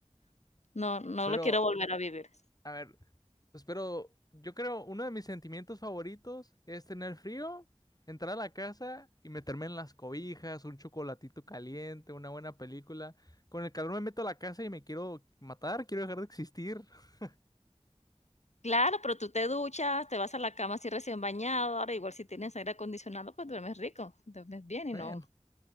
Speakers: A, on the left; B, on the left.
A: no, no, no
B: Pero,
A: lo quiero volver a vivir.
B: a ver, pues pero yo creo uno de mis sentimientos favoritos es tener frío, entrar a la casa y meterme en las cobijas, un chocolatito caliente, una buena película. Con el calor me meto a la casa y me quiero matar, quiero dejar de existir. <laughs>
A: Claro, pero tú te duchas, te vas a la cama así recién bañado. Ahora, igual si tienes aire acondicionado, pues duermes rico, duermes bien
B: Bueno.
A: y no,